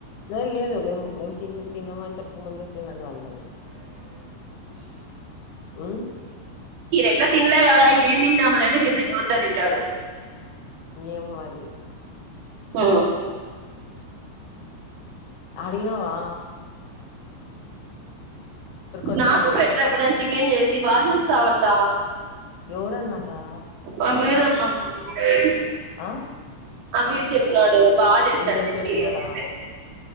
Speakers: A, on the left; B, on the right.
A: లేదు లేదు మేము మేం పన్ తిన్నాము అని చెప్పకముందే తినను అన్నది హ్మ్
B: ఎట్ల తిన్లే కదా ఏం తిన్నాములేని తి వద్దని తింటాడు
A: ఏమో మరి
B: ఆ
A: అడినవా వచ్చిందన్నావు
B: నాకు పెట్టరు
A: కదా
B: ఎప్పుడుని చికెన్ చేసి బాగా చూస్తావంట
A: ఎవరన్నారా
B: ఆ వీదన్నా ఏ
A: ఆ
B: అభిద్ధ చెతున్నాడి బాగా చేస్తారు
A: ఈ రోజు
B: శషి
A: చెప్పినాడా
B: అనే స